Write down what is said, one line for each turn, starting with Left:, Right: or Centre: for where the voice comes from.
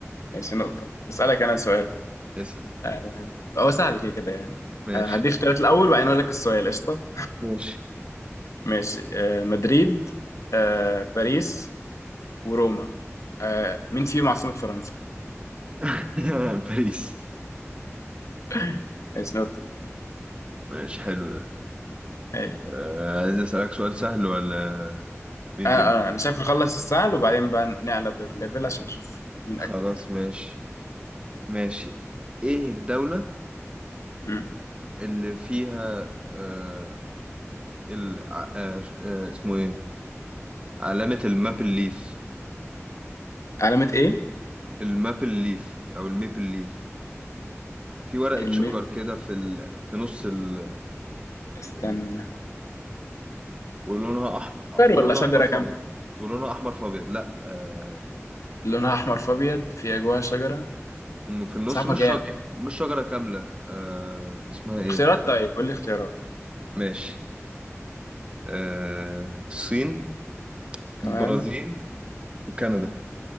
Left: ماشي نقطة اسألك انا سؤال
Right: اسأل
Left: آه هو سهل كده كده يعني
Right: ماشي
Left: آه هديك اختيارات الاول وبعدين اقول لك السؤال قشطة
Right: ماشي
Left: ماشي آه مدريد آه باريس وروما آه مين فيهم عاصمة فرنسا؟
Right: <laughs> باريس
Left: <laughs> ماشي نقطة
Right: ماشي حلو ده
Left: أيوة.
Right: آه عايز أسألك سؤال سهل ولا ميديوم
Left: اه اه يعني شايف نخلص السهل وبعدين بقى نقلب الليفل عشان نشوف مين
Right: خلاص
Left: اجمل
Right: ماشي ماشي ايه الدولة
Left: مم.
Right: اللي فيها آه ال... ع- آه آه، اسمه ايه علامة الماب الليف
Left: علامة ايه؟
Right: المابل ليف او الميبل ليف في ورقة
Left: الميل
Right: شجر كده في ال... في نص ال...
Left: استنى
Right: ال... ولونها احمر
Left: شجر
Right: ولونها
Left: ولا شجرة
Right: احمر في
Left: كاملة؟
Right: ابيض ولونها احمر في ابيض لا آه...
Left: لونها احمر في ابيض في جواها شجرة
Right: إنه في النص
Left: صعبة
Right: مش
Left: جامد
Right: شجر مش شجرة كاملة آه... اسمها ايه
Left: اختيارات طيب قول لي اختيارات
Right: ماشي آه... الصين
Left: تمام
Right: البرازيل وكندا